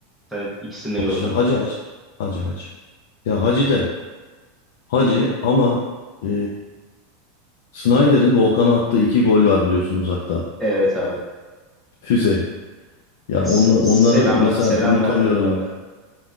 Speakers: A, in the centre; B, on the left.
A: Sen ikisini de
B: Hacı,
A: gördün.
B: hacı, hacı. Hacı, hacı. Ya hacı de. Hacı ama e, Snyder'in Volkan'a attığı iki gol var biliyorsun uzakta.
A: Evet abi.
B: Füze. Ya
A: Se-
B: onla,
A: selam
B: onları mesela
A: selam
B: unutamıyorum
A: verdirdi abi.
B: ben.